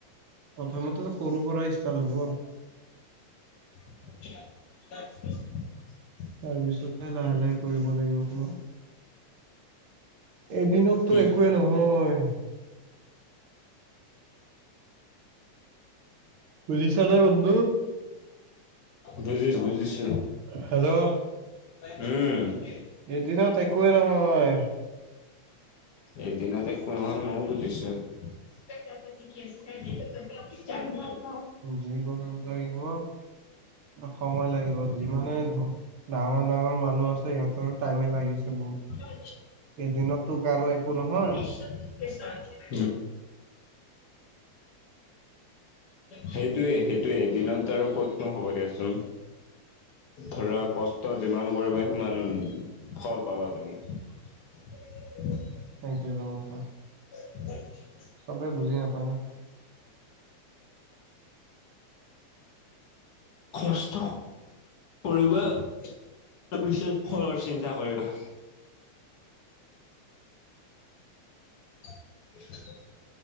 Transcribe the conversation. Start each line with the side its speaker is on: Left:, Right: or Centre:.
Right: প্ৰথমতেটো সৰুৰ পৰাই ষ্টাৰ্ট হ'ব।
Left: <unintelligible>
Right: তাৰপিছতহে লাহে লাহে কৰিব লাগিব তোমাৰ। এদিনততো
Left: কি
Right: একোৱেই নহয়। বুজিছা নে বন্ধু
Left: বুজিছোঁ, বুজিছোঁ।
Right: হেল্ল'?
Left: উম।
Right: এদিনত একোৱেই নহয়।
Left: এদিনত একো নহয় ময়ও বুজিছো। <unintelligible>
Right: যি কৰিব লাগিব। সময় লাগিব যিমানে ডাঙৰ ডাঙৰ মানুহ আছে, সিহঁতৰ টাইমে লাগিছে বহুত।
Left: <unintelligible> উম
Right: এদিনতো কাৰো একো নহয়
Left: <unintelligible> সেইটোৱে, সেইটোৱে, দিনত আৰু ক'তনো হ'ব দিয়চোন। ধৰা কষ্ট যিমান কৰিবা, সিমান ফল পাবা তুমি। <unintelligible>
Right: সেইটোৱে টো কথা।
Left: <unintelligible>
Right: চবে বুজি নাপায় ন।
Left: কষ্ট কৰিবা তাৰপিছত ঘৰৰ চিন্তা কৰিবা। <unintelligible>